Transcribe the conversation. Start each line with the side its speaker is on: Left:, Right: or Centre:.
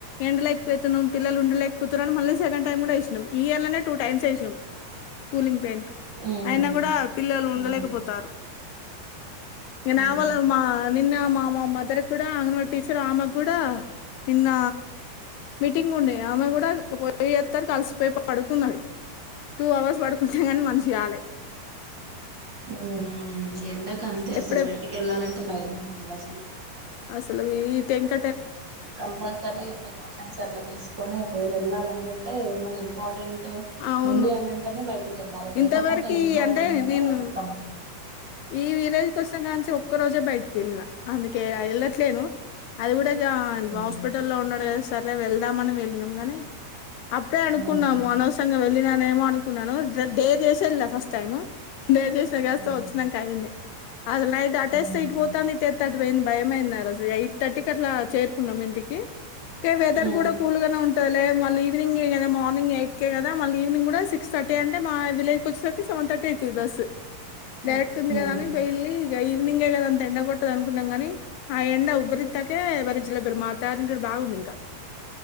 Left: ఎండలో ఎక్కుపోతున్నా పిల్లు ఉండలేకపోతున్నా మళ్ళని సెకండ్ టైం కూడా వేసినామ్ ఈయలనే టూ టైమ్స్ వేసినామ్ కూలింగ్ పెయింట్
Right: హ్మ్
Left: అయినా
Right: హు
Left: కూడా పిల్లలు ఉండలేకపోతారు
Right: హ్మ్
Left: ఇ
Right: ఉహు
Left: నవలమ్మా నిన్న మా మా మదర్ కూడా ఆంగనవాడి టీచర్ ఆమెకు కూడా నిన్న మీటింగ్ ఉండే ఆమె కూడా పోయిత్తరు ఆలిసిపోయి పడుకున్నది టూ అవర్స్ పడుకున్నది కానీ మనిషి కాలే
Right: ఉ ఎండ కంతే
Left: ఎప్పుడె
Right: అసలు బయటికి వెళ్లాలంటే భయమైతుంది ఏంది అసలు
Left: అసలు ఈ టెంక
Right: కంపల్సరీ ప్రికాషన్ అట్ల తీసుకొని ఒకవేళ వెళ్లాలనుకుంటే టె ఏమన్నా ఇంపార్టెంట్
Left: అవును
Right: ఉంది అనంటనే బయ క వెళ్ళాలి లేకపోతే
Left: ఇంతవరకి
Right: ఇంట్లో
Left: అంటే
Right: ఉన్నదే
Left: నేను
Right: ఉత్తమం
Left: ఈ విలేజ్ కొచ్చిన కానుంచి ఒక్క రోజే బయటికి వెళ్ళిన అందుకే వెళ్ళట్లేను అది కూడా ఇగ
Right: ఉమ్
Left: హాస్పిటల్ లో ఉన్నాడు కదా సర్లే వెళ్దామని వెళ్ళినాం గానీ అప్పుడే అనుకున్నాము
Right: ఉమ్
Left: అనవసరంగా వెళ్లిన ఏమో అనుకున్నాను దే దే <unintelligible> ఫస్ట్ టైమ్ <unintelligible>
Right: ఉమ్
Left: <unintelligible> అది నైటు అటేస్తే
Right: ఉమ్
Left: ఇటు పోతుంది ఈటెస్తే అటు పోతుంది పోయింది భయమైంది ఆ రోజు ఎయిట్ థర్టీకి అట్లా చేరుకున్నాం ఇంటికి ఏ వెదర్
Right: ఉమ్
Left: కూడా కూల్ గానే ఉంట లే మళ్ళీ ఈవినింగ్ ఏదా మార్నింగ్ ఎట్ కదా మళ్ళ ఈవినింగ్ కూడా సిక్స్ థర్టీ అంటే మా విలేజ్కి వచ్చేసరికి సెవెన్ థర్టీ అవుతుంది బస్
Right: ఉమ్
Left: డైరెక్ట్ ఉంది
Right: ఉమ్
Left: కదా అని పోయింది ఇంక ఈవినింగే కదా అంత ఎండ కొట్టదు అనుకున్నాం కాని ఆ ఎండ ఉబ్బరిత్తాకే ఎవరిజల పరు మాత ఇంటారు బాగుంది ఇంకా